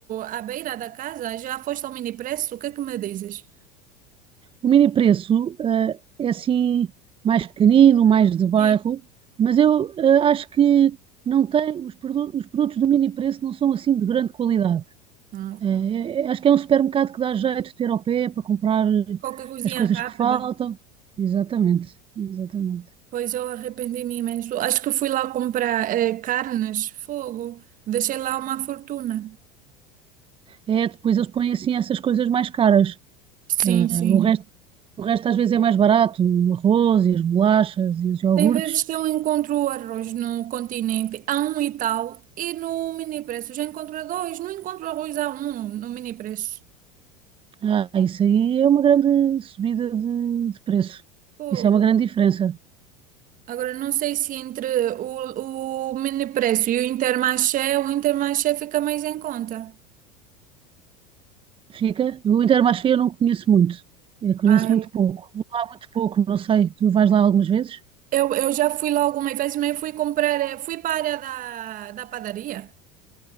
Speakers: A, on the right (about 45°); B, on the right (about 25°).
A: à beira da casa. Já foste ao mini preço? O que é que me dizes?
B: o mini preço, eh, é assim mais pequenino, mais de bairro,
A: Sim.
B: mas eu, eh, acho que não tem, os, produ- os produtos do mini preço não são assim de grande qualidade.
A: Ok.
B: Eh, é- é- acho que é um supermercado que dá jeito de ter ao pé para comprar eh,
A: Qualquer coisinha
B: as coisas
A: rápida.
B: que faltam. Exatamente, exatamente.
A: Pois eu arrependi-me imenso. Acho que fui lá comprar eh, carnes, fogo. Deixei lá uma fortuna.
B: É, depois eles põem assim essas coisas mais caras.
A: Sim,
B: Ah,
A: sim.
B: o resto, o resto às vezes é mais barato, o arroz e as bolachas e os iogurtes.
A: Tem vezes que eu encontro arroz no continente a um e tal, e no mini preço já encontro a dois, não encontro arroz a um no mini preço.
B: Ah, isso aí é uma grande subida de, de preço.
A: Fogo.
B: Isso é uma grande diferença.
A: Agora, não sei se entre o, o mini preço e o Intermarché, o Intermarché fica mais em conta.
B: Fica. O Intermarché eu não conheço muito. Eu conheço
A: Ai,
B: muito pouco. Vou lá muito pouco, não sei. Tu vais lá algumas vezes?
A: eu, eu já fui lá algumas vezes, mas fui comprar, eh, fui para a área da, da padaria.